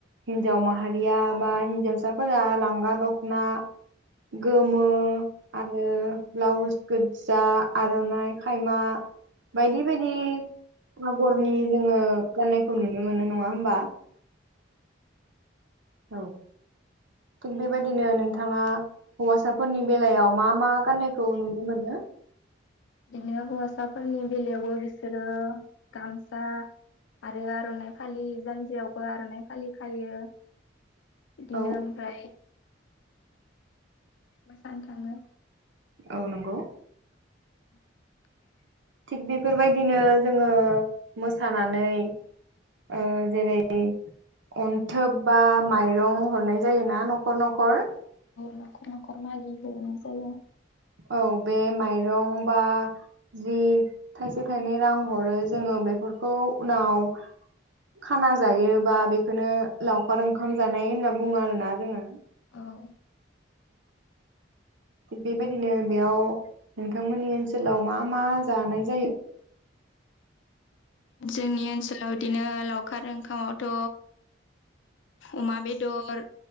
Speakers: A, on the right (about 70°); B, on the left (about 70°).
A: हिन्जाव माहारिया बा हिन्जावसाफोरा लांगा दख'ना गोमो आरो ब्लाउस गोजा आर'नाइ खायमा बायदि बायदि आगरनि जोङो गाननायखौ नुनो मोनो नङा होमबा? औ। थिग बेबायदिनो नोंथाङा हौवासाफोरनि बेलायाव मा मा? फाननायखौ नुनो मोनो?
B: बिदिनो हौवासाफोरनि बेलायावबो बिसोरो गामसा आरो आर'नाइ फालि जानजियावबो आर'नाइ फालि खायो। बिदिनो
A: औ
B: ओमफ्राय मोजानो थाङो।
A: औ नंगौ।
B: <inaudible>
A: थिग बेफोरबायदिनो जोङो मोसानानै आ जेरै अन्थोब बा माइरं हरनाय जायोना न'खर न'खर।
B: न'खर न'खर मागि हैनाय जायो
A: औ बे माइरं बा जि थाइसे थाइनै रां हरो जोङो बेफोरखौ उनाव खाना जायो बा बेखौनो लावखार ओंखाम जानाय होन बुङो आरोना जोङो
B: औ। <inaudible>
A: थिग बेबायदिनो बेयाव नोंथांमोननि ओनसोलाव मा मा जानाय जायो
B: जोंनि ओनसोलाव बिदिनो लावखार ओंखामावथ' अमा बेदर